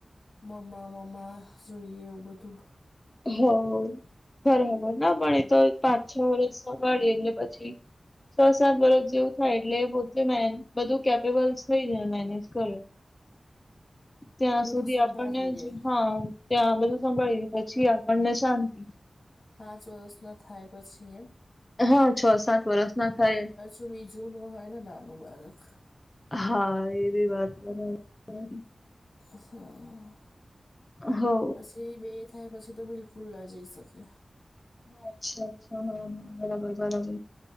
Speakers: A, on the left (about 50°); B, on the left (about 25°).
A: મમ્મા-મમ્મા જોઈએ એવું બધું.
B: હા, બરાબર. ના પણ ઈ તો પાંચ છ વરસ સંભાળીએ એટલે પછી સ સાત વરસ જેવું થાય એટલે પોતે મે બધું કેપેબલ થઈ જાય, એ મેનેજ કરે. ત્યાં
A: બધું
B: સુધી
A: સંભાળી
B: આપણને
A: લે
B: જ, હા, ત્યાં બધું સંભાળી, પછી આપણને શાંતિ.
A: પાંચ વરસ નો થાય પછી એમ?
B: હા, છ સાત વર્ષ ના થાય
A: તો બીજું નો હોય ને નાનું બાળક.
B: હા એ બી વાત બરાબર.
A: હા,
B: હો
A: પછી બે થાય, પછી તો બિલકુલ ના જઈ શકે.
B: હા, અચ્છા-અચ્છા, હા, હા બરાબર-બરાબર.